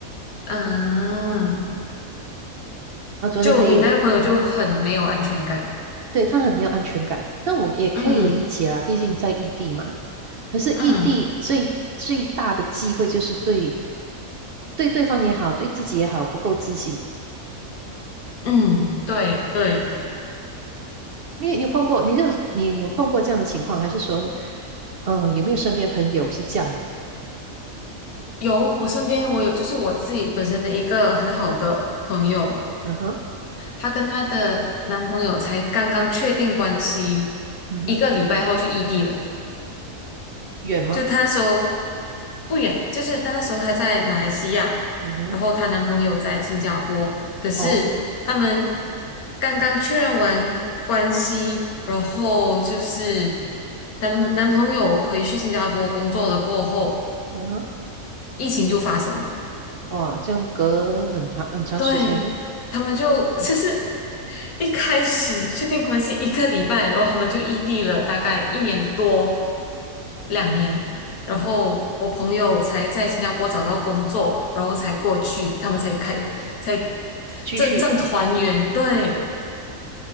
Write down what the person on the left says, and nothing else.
嗯。就你那个朋友就很没有安全感。
嗯
嗯
嗯，对对，
有，我身边我有，就是我自己本身的一个很好的朋友，
她跟她的男朋友才刚刚确定关系，
一个礼拜后就异地了。
就她那时候不远，就是她那时候她在马来西亚，
然后她男朋友在新加坡，可是他们
刚刚确认完关系，然后就是男男朋友回去新加坡工作了过后，
疫情就发生了。
对，他们就 <laughs> 就是一开始确定关系一个礼拜，然后他们就异地了大概一年多、两年，然后我朋友才在新加坡找到工作，然后才过去，他们才开才
真正团圆。对，